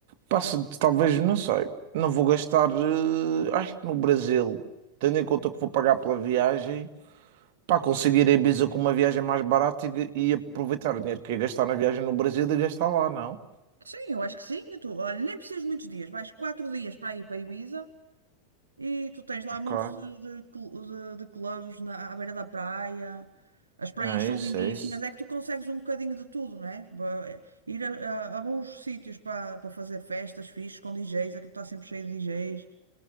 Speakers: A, on the right; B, on the right.
A: passa, talvez, não sei. Não vou gastar, eh, acho que no Brasil, tendo em conta que vou pagar pela viagem. Pá, conseguir a Ibiza com uma viagem mais barata e, e aproveitar o dinheiro que ia gastar na viagem no Brasil e gastar lá, não?
B: Sim, eu acho que sim. Tu, olha, nem precisas muitos dias, mais quatro dias para ir para Ibiza E tu tens lá
A: Ok.
B: montes de, de, cl- de, de clubes na, à beira da praia. As praias
A: É
B: são
A: isso,
B: lindíssimas,
A: é isso.
B: é que tu consegues um bocadinho de tudo, não é? Ba- Ir a, a- a bons sítios para para fazer festas fixes com DJs, aquilo está sempre cheio de DJs.